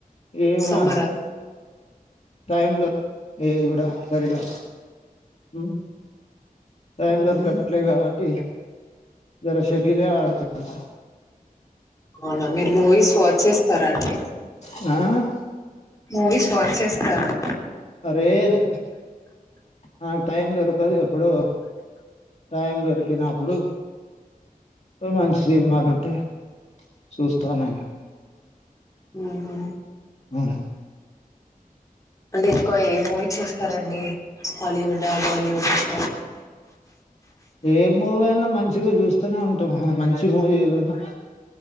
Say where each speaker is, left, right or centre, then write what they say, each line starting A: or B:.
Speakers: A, on the left (about 50°); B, on the left (about 20°).
A: ఏమ
B: సమ్మరా
A: టైం ద ఏది గూడా సరిగా హు టైం
B: ఊహూ
A: దొరకట్లే కాబట్టి ఇయాల షేటిల్ ఏ ఆడుతా అ
B: అవునా మీరు మూవీస్ స్వాట్ చేస్తారా అండి
A: న
B: మూవీస్ వాచ్ చేస్తారండి
A: ఆ రేర్ నాకు టైం దొరకదు ఎప్పుడో టైం దొరికినప్పుడు మంచి సినిమాలు ఉంటే చూస్తా మేము
B: ఉహు
A: పద
B: అంటే ఎక్కువ ఏ మూవీ చూస్తారండి హాలీవుడ్ ఆ బాలీవుడ్
A: ఏ మూవీ అయినా మంచిగా చూస్తూనే ఉంటాం హ మంచి మూవీ ఏది ఉన్న